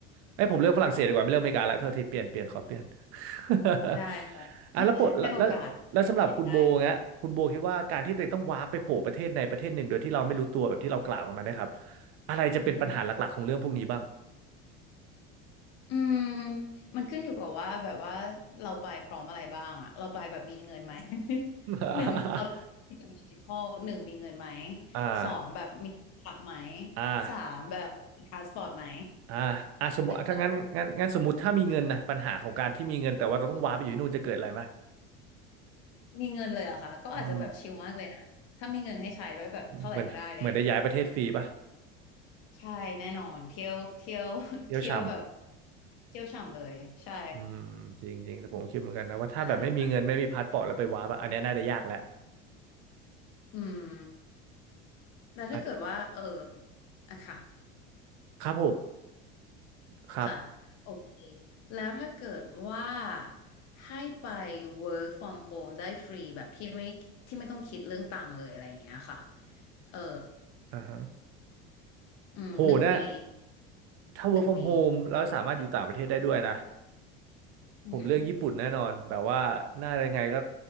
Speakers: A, on the right; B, on the left.
A: เอ้ยผมเลือกฝรั่งเศสดีกว่าไม่เลือกอเมริกาละเท่าที่เปลี่ยนเปลี่ยนขอเปลี่ยน <laughs>
B: ได้ค่ะ
A: อ่ะแล้วปะแล้วแล้วแล้วสำหรับคุณโบเงี้ยคุณโบคิดว่าการที่ตัวเองต้องว้าร์ปไปโผล่ประเทศในประเทศหนึ่งโดยที่เราไม่รู้ตัวแบบที่เรากล่าวกันมานะครับ
B: <laughs> ให้โอกาสเนี่ยได้
A: อะไรจะเป็นปัญหาหลักๆของเรื่องพวกนี้บ้าง
B: อืมอืมมันขึ้นอยู่กับว่าแบบว่าเราไปพร้อมอะไรบ้างอะเราไปแบบมีเงินไหม <laughs>
A: <laughs>
B: หนึ่งเอาที่แบบดิจิทัลหนึ่งมีเงินไหม
A: อ่า
B: สองแบบมีหลักไหม
A: อ่า
B: สามแบบมีพาสปอร์ตไหม
A: อ่าอ่าสมมติถ้างั้นงั้นงั้นสมมติถ้ามีเงินนะปัญหาของการที่มีเงินแต่ว่าเราต้องว้าไปอยู่ที่นู่นจะเกิดอะไรไหม
B: <laughs> มีเงินเลยเหรอะค่ะ ก็อาจจะแบบชิลมากเลยนะ
A: อืม
B: ถ้ามีเงินให้ใช้ไว้แบบเท่าไหร่ก็ได้อะไรอย่างเงี้ยอืม
A: เหมือนเหมือนได้ย้ายประเทศฟรีปะ
B: ใช่แน่นอนเที่ยวเที่ยว
A: เที่ยวช่ำ
B: <laughs> เที่ยวแบบเที่ยวฉ่ำเลยใช่
A: อืมจริงจริงแต่ผมคิดเหมือนกันนะว่าถ้าแบบไม่มีเงินไม่มีพาสปอร์ตแล้วไปว้าปะอันเนี้ยน่าจะยากแหละ
B: ใช่อืมแล้วถ้าเกิดว่าเออ
A: อาจ
B: อะค่ะ
A: ครับผมครับ
B: ค่ะโอเคแล้วถ้าเกิดว่าให้ไป work from home ได้ฟรีแบบที่ไม่ที่ไม่ต้องคิดเรื่องตังค์เลยอะไรอย่างเงี้ยค่ะเออ
A: อ่าฮะ
B: อืมหนึ่งปี
A: โหนะ ถ้า work
B: หนึ่งปี
A: from home แล้วสามารถอยู่ต่างประเทศได้ด้วยนะ
B: อือหื
A: ผมเลือกญี่ปุ่นแน่นอนแบบว่าหน้ายังไงก็